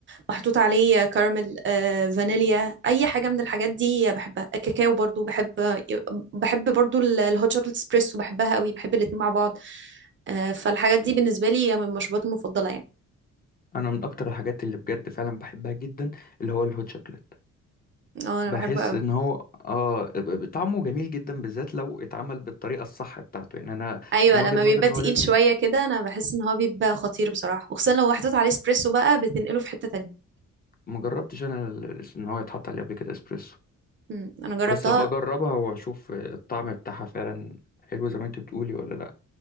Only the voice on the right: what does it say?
محطوط عليه كراميل آه، فانيليا اي حاجة من الحاجات دي بحبها الكاكاو برضو بحب بحب برضو ال- الهوت شوكليت اسبريسو بحبها قوي بحب الاتنين مع بعض آه، فالحاجات دي بالنسبة لي من المشروبات المفضلة يعني
اه انا
بحبه قوي
ايوه
لما بيبقى
تقيل
شويه كده انا بحس ان هو بيبقى خطير بصراحه وخصوصا لو محطوط عليه اسبريسو بقى بتنقله في حته تانية
امم انا جربتها